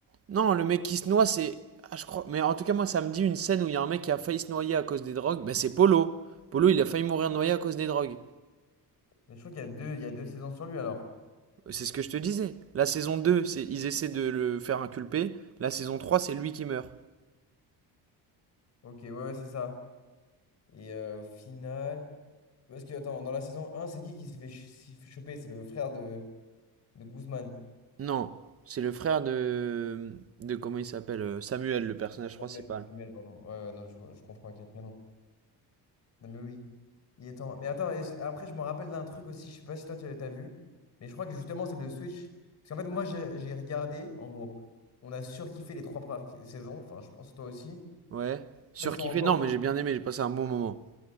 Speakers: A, on the right (about 35°); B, on the left (about 40°).
A: Non, le mec qui se noie, c'est. Ah, je crois. Mais en tout cas, moi, ça me dit une scène où il y a un mec qui a failli se noyer à cause des drogues. Ben, c'est Polo. Polo, il a failli mourir noyé à cause des drogues.
B: Mais je crois qu'il y a deux, il y a deux saisons sur lui alors.
A: C'est ce que je te disais. La saison deux c'est... ils essaient de le faire inculper. La saison trois c'est lui qui meurt.
B: Ok, ouais, ouais, c'est ça. Et euh, au final. Parce que, attends, dans la saison un c'est qui qui s'est fait ch- s'est fait choper? C'est le frère de. De Guzman.
A: Non, c'est le frère de. De comment il s'appelle? euh, Samuel, le personnage principal.
B: Samuel, de Samuel, pardon. Ouais, ouais, non, je, je confonds avec les prénoms. Non, mais oui. Il est temps. Mais attends, est-ce- après, je me rappelle d'un truc aussi, je sais pas si toi, tu as vu, mais je crois que justement, c'est le Switch. Parce qu'en fait, moi, j'ai j'ai regardé, en gros, on a surkiffé les trois premières saisons, enfin, je pense toi aussi.
A: Ouais. Surkiffé?
B: Ils sont encore...
A: Non, mais j'ai bien aimé, j'ai passé un bon moment.